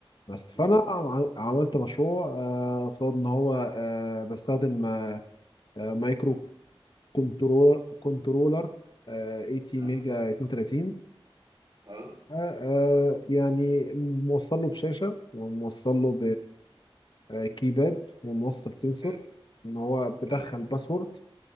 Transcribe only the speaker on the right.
امم
اه
اه
حلو
حلو